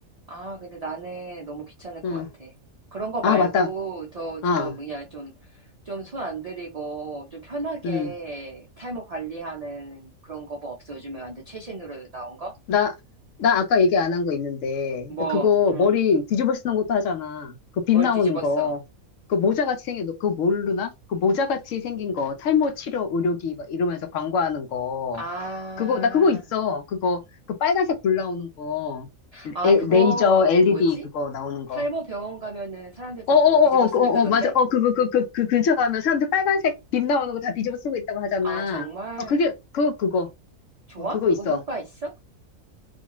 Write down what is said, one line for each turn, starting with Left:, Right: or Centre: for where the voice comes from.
Right: 아, 근데 나는 너무 귀찮을
Left: 응.
Right: 것 같아. 그런 거
Left: 아,
Right: 말고,
Left: 맞다.
Right: 저,
Left: 아,
Right: 저, 뭐냐, 좀, 좀 손 안 들이고, 좀 편하게
Left: 응.
Right: 탈모 관리하는 그런 거 뭐 없어? 요즘에 완전 최신으로 나온 거?
Left: 나, 나 아까 얘기 안 한 거 있는데.
Right: 뭐,
Left: 나 그거
Right: 응,
Left: 머리 뒤집어 쓰는 것도 하잖아. 그 빛
Right: 뭘
Left: 나오는
Right: 뒤집었어?
Left: 거. 그 모자같이 생긴, 거, 그거 모르나? 그 모자같이 생긴 거. 탈모 치료 의료기 막 이러면서 광고하는 거.
Right: 아,
Left: 그거, 나 그거 있어. 그거, 그 빨간색 불 나오는 거.
Right: 아,
Left: 레-
Right: 그거,
Left: 레이저 LED
Right: 뭐지?
Left: 그거 나오는 거.
Right: 탈모 병원 가면은 사람들 다
Left: 어어어어,
Right: 그거 뒤집어
Left: 어,
Right: 쓰고 있다던데?
Left: 어, 맞아. 어, 그, 그, 그, 그, 그 근처 가면 사람들 빨간색 빛 나오는 거 다 뒤집어 쓰고 있다고 하잖아.
Right: 아, 정말?
Left: 어, 그게, 그거, 그거.
Right: 좋아?
Left: 어, 그거
Right: 그거
Left: 있어.
Right: 효과 있어?